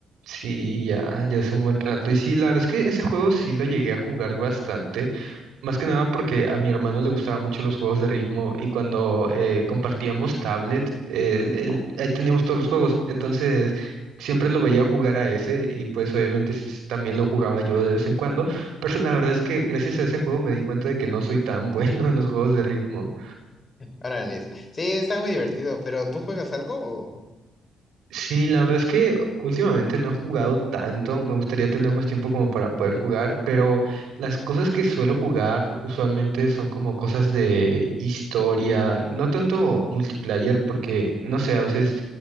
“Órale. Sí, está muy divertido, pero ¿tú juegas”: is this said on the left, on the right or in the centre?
Left